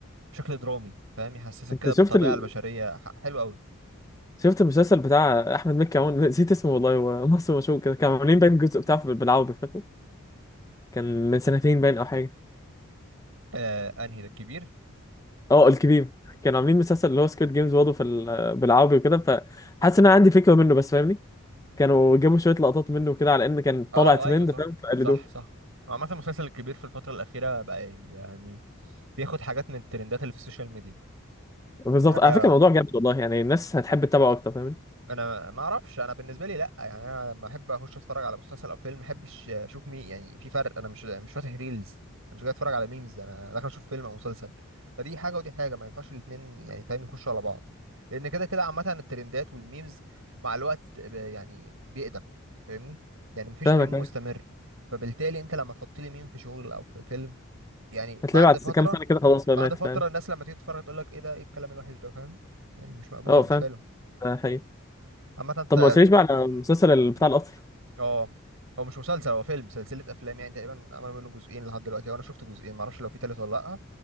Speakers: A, on the right; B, on the left.
A: بشكل درامي فاهم يحسسك
B: انت
A: كده
B: شفت
A: بالطبيعه
B: ال...
A: البشريه ح- حلو قوي
B: شفت المسلسل بتاع احمد مكي عون نسيت اسمه والله هو مصر مشهور كده كانوا عاملين باين جزء بتاعه في- بالعربي فاكره كان من سنتين باين او حاجه
A: آه انهي ده الكبير
B: اه الكبير كانوا عاملين مسلسل اللي هو سكويد جيمز برضه في ال... بالعربي وكده فحاسس ان انا عندي فكره منه بس فاهمني كانوا جابوا شويه لقطات منه كده على ان كان طالع
A: اه
B: ترند
A: ايوه صح
B: فاهم فقلدوه
A: صح صح هو عامه المسلسل الكبير في الفتره الاخيره بقى يعني بياخد حاجات من الترندات اللي في السوشيال ميديا
B: بالظبط
A: دي حاجه
B: على فكره الموضوع جامد والله يعني الناس هتحب تتابعه اكتر فاهمني
A: انا ما اعرفش انا بالنسبه لي لا يعني انا لما احب اخش اتفرج على مسلسل او فيلم ما احبش اشوف مين يعني في فرق انا مش مش فاتح ريلز انا مش جاي اتفرج على ميمز انا داخل اشوف فيلم او مسلسل فدي حاجه ودي حاجه ما ينفعش الاتنين يعني فاهم يخشوا على بعض لان كده كده عامه الترندات والميمز مع الوقت ب- يعني بيقدم فاهمني يعني مفيش
B: فاهمك
A: ميم
B: أيوة.
A: مستمر فبالتالي انت لما تحط لي ميم في شغل او في فيلم يعني
B: هتلاقيه
A: بعد
B: بعد
A: فتره
B: كام سنه كده خلاص بقى
A: بعد
B: مات
A: فتره
B: فاهم
A: الناس لما تيجي تتفرج تقول لك ايه ده ايه الكلام الوحش ده فاهم يعني مش مقبوله
B: اه
A: مش
B: فاهم
A: حلو
B: ده حقيقي
A: عامة انت
B: طب ما قلتليش بقى على
A: مم.
B: المسلسل بتاع
A: مم.
B: القطر
A: اه هو مش مسلسل هو فيلم سلسلة أفلام يعني تقريبا عملوا منه جزئين لحد دلوقتي وأنا شفت جزئين معرفش لو في تالت ولا لأ